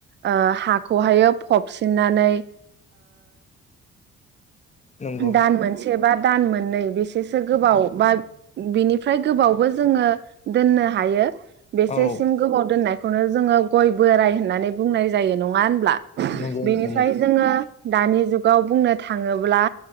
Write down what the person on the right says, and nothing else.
ओ हाखौहायो फबसिननानै
दान मोनसे बा दान मोननै बेसोसो गोबाव बा बिनिफ्राय गोबावबो जोङो दोननो हायो। बेसेसिम
गोबाव दोननाय खौनो जोङो गय बोराय होननानै बुंनाय जायो नङा होनब्ला
बेनिफ्राय
जोङो दानि जुगाव बुंनो थाङोब्ला